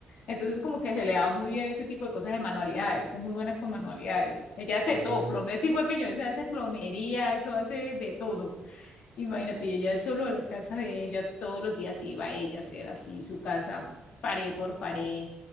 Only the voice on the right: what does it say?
Ah,
bueno,
ch-